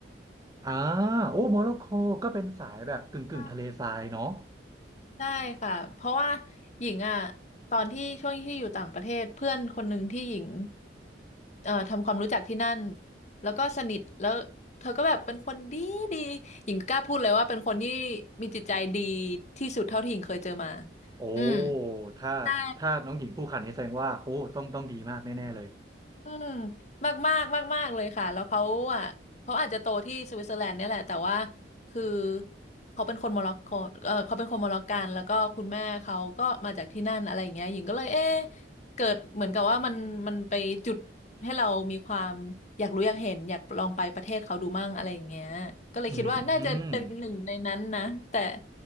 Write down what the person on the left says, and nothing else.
<laughs> ใช่ค่ะเพราะว่าหญิงอ่ะตอนที่ช่วงที่อยู่ต่างประเทศเพื่อนคนหนึ่งที่หญิงเอ่อทำความรู้จักที่นั่นแล้วก็สนิทแล้วเธอก็แบบเป็นคนดีดีหญิงกล้าพูดเลยว่าเป็นคนที่มีจิตใจดีที่สุดเท่าที่หญิงเคยเจอมา
อืม
ใช่ อืมมากมากมากมากๆเลยค่ะแล้วเขาอ่ะเขาอาจจะโตที่สวิตเซอร์แลนด์เนี่ยแหละแต่ว่าคือเขาเป็นคนโมร็อกโกเออเขาเป็นคนโมร็อกกันแล้วก็คุณแม่เขาก็มาจากที่นั่นอะไรอย่างเงี้ยหญิงก็เลยเอ๊ะเกิดเหมือนกับว่ามันมันไปจุดให้เรามีความอยากรู้อยากเห็นอยากลองไปประเทศเขาดูมั่งอะไรอย่างเงี้ยก็เลยคิดว่าน่าจะเป็นหนึ่งในนั้นนะแต่